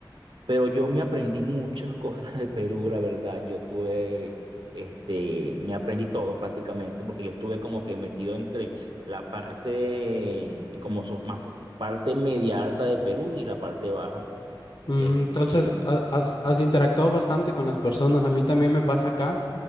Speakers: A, on the right (about 80°); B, on the left (about 60°).
A: Pero yo me aprendí muchas <laughs> cosas de Perú, la verdad. Yo tuve, este, me aprendí todo prácticamente, porque yo estuve como que metido entre la parte, como so- más, parte media alta de Perú y la parte baja.
B: Mm,
A: Este,
B: Entonces, ha- has, has interactuado bastante con las personas. A mí también me pasa acá.